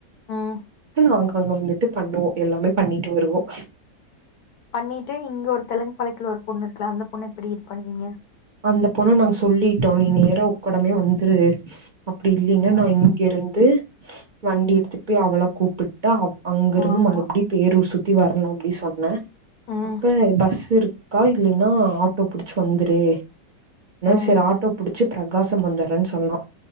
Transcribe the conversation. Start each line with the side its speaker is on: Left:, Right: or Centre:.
Left: ம்
Right: ஆனா அங்க அங்க வந்துட்டு பண்ணுவோம் எல்லாமே பண்ணிட்டு வருவோம்
Left: பண்ணிட்டு இங்க ஒரு தெலுங்கு பாளையத்துல ஒரு பொண்ணு இருக்குலா அந்த பொண்ண எப்படி இது பண்ணுவீங்க
Right: அந்த பொண்ண நாங்க சொல்லிட்டோம் நீ நேர உக்டமே வந்துரு அப்புடி இல்லின்னா
Left: ம்
Right: நா இங்கிருந்து வண்டி எடுதுட்டு போயி அவள கூப்பிட்டா அ அங்க இருந்து
Left: ஆமா
Right: மறுபடியும் பேரூர் சுத்தி வரணும் அப்டி சொன்ன
Left: ம்
Right: அப்ப பஸ் இருக்கா இல்லைன்னா ஆட்டோ புடிச்சி வந்துரு
Left: ம்
Right: செரி ஆட்டோ புடிச்சி பிரகாசம் வந்துறேன்னு சொன்னா